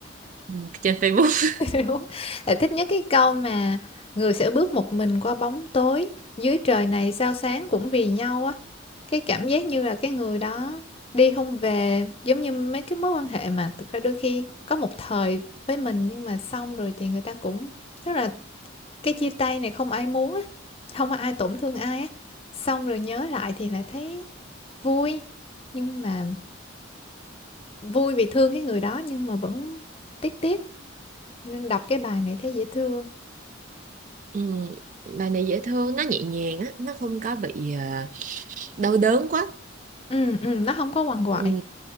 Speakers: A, on the right; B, on the left.
A: ừ, trên Facebook.
B: <laughs>
A: <laughs>
B: Đúng. Lại thích nhất cái câu mà người sẽ bước một mình qua bóng tối, dưới trời này sao sáng cũng vì nhau á cái cảm giác như là cái người đó đi không về giống như mấy cái mối quan hệ mà thực ra đôi khi có một thời với mình nhưng mà xong rồi thì người ta cũng tức là cái chia tay này không ai muốn á không có ai tổn thương ai á xong rồi nhớ lại thì lại thấy vui nhưng mà vui vì thương cái người đó nhưng mà vẫn tiếc tiếc nên đọc cái bài này thấy dễ thương
A: Ừ. Bài này dễ thương, nó nhẹ nhàng á, nó không có bị à, đau đớn quá.
B: ừ ừ nó không có quằn quại
A: Ừ.